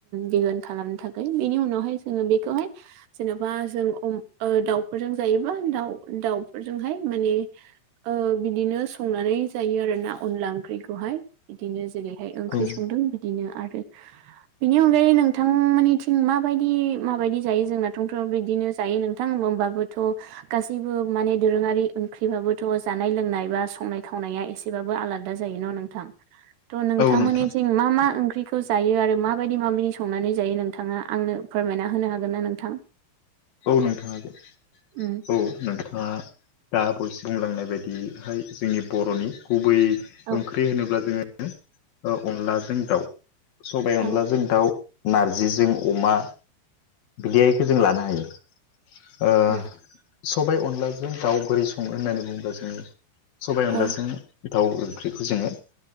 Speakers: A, on the right; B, on the left.
A: बिहोन खालामनो थाखाय बेनि उनावहाय जोङो बेखौहाय जेन'बा जों दाउफोरजों जायोबा दाउ दाउफोरजोंहाय माने ओ बिदिनो संनानै जायो आरो ना अनला ओंख्रिखौहाय बिदिनो जेरैहाय
B: औ
A: ओंख्रि संदों बिदिनो आरो बिनि अनगायै नोंथां माननिथिं माबायदि माबायदि जायो जोंनाथं थ' बिदिनो जायो नोंथां होमबाबोथ' गासैबो माने दोरोङारि ओंख्रिबाबोथ' जानाय लोंनाय बा संनाय खावनाया एसे एसेब्लाबो आलादा जायो ना नोंथां थ' नोंथांमोननिथिं
B: औ नोंथां
A: मा मा ओंख्रि ओंख्रिखौ जायो आरो माबायदि माबायदि संनानै जायो नोंथाङा आंनो फोरमायना होनो हागोन ना नोंथां?
B: औ नोंथां औ जादों।
A: उम
B: ओ दा बयस बुंलांनाय बायदियैहाय जोंनि बर'नि गुबै
A: औ
B: ओंख्रि होनोब्ला जोङो अनलाजों दाउ सबाय
A: औ
B: अनलाजों दाउ नारजिजों अमा बिदियखौ जों लानो हायो। ओ
A: उम
B: सबाय अनलाजों दाउ बोरै सङो होननानै बुङोब्ला जोङो सबायाइ अनलाजों
A: औ
B: दाव ओंख्रिखौ जोङो